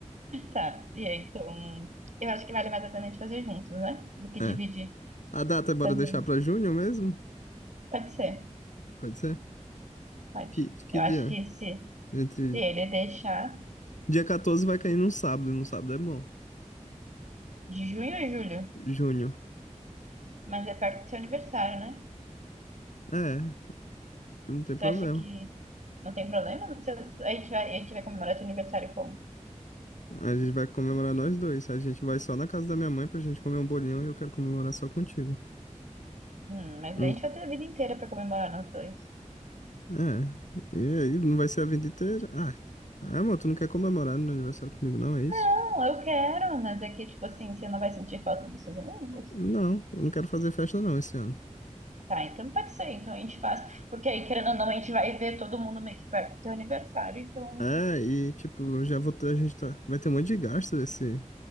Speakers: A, on the right; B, on the left.
A: Tá, e aí, então, eu acho que vale mais a pena a gente fazer juntos, né? Do que
B: É.
A: dividir,
B: A data, bora
A: fazer.
B: deixar pra junho mesmo?
A: Pode ser,
B: Pode ser?
A: pode.
B: Que, que
A: Eu
B: dia?
A: acho que se,
B: Entre...
A: se ele deixar
B: Dia 14 vai cair num sábado, e num sábado é bom.
A: de junho a julho,
B: Junho.
A: mas é perto do seu aniversário, né?
B: É, não tem problema.
A: Você acha que não tem problema? Se eu- a gente vai, a gente vai comemorar teu aniversário como?
B: A gente vai comemorar nós dois. A gente vai só na casa da minha mãe pra gente comer um bolinho e eu quero comemorar só contigo.
A: Hum, mas
B: Hum,
A: a gente vai ter a vida inteira pra comemorar nós dois.
B: é. E aí, não vai ser a vida inteira? Ah, ah, amor, tu não quer comemorar no aniversário comigo, não? É isso?
A: Não, eu quero, mas é que, tipo assim, você não vai sentir falta dos seus amigos?
B: Não, eu não quero fazer festa não esse ano.
A: Tá, então pode ser, então a gente faz, porque aí, querendo ou não, a gente vai ver todo mundo meio que perto do teu aniversário, então.
B: É, e tipo, já vou ter, a gente tá, vai ter um monte de gasto esse,